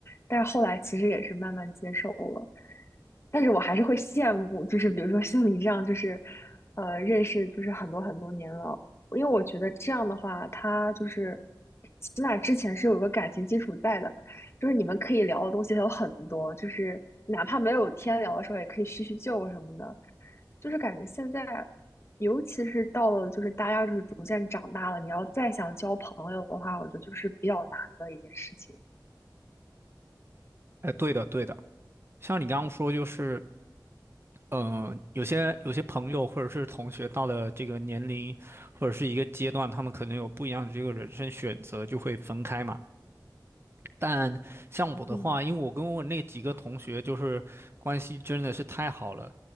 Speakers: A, on the left; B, on the right.
A: 但是后来其实也是慢慢接受了。但是我还是会羡慕，就是比如说像你这样，就是，呃，认识就是很多很多年了，因为我觉得这样的话，他就是起码之前是有个感情基础在的，就是你们可以聊的东西还有很多，就是哪怕没有天聊的时候，也可以叙叙旧什么的。就是感觉现在，尤其是到了就是大家就是逐渐长大了，你要再想交朋友的话，我觉得就是比较难的一件事情。
B: 哎，对的，对的。像你刚刚说，就是呃，有些有些朋友或者是同学到了这个年龄或者是一个阶段，他们可能有不一样的这个人生选择，就会分开嘛。但像我的话，
A: 嗯
B: 因为我跟我那几个同学就是关系真的是太好了，